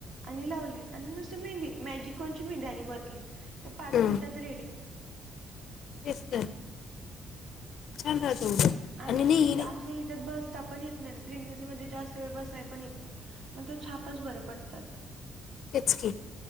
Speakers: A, on the right; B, on the left.
A: आणि लावले आणि नुसती मेहंदी मॅजिक कोणची मेहंदी आणिक वतली. त्या पाच
B: हा,
A: मिनटात रेडी.
B: तेच तर छान राहत उलट.
A: आणि
B: नाही हिने-
A: ह्या अश्या ह्याच्यात बसता पण येत नाय ना प्रेग्नेन्सी मध्ये जास्त वेळ बसाय पण येत नाय. म ते छापच बरे पडतात.
B: तेच कि.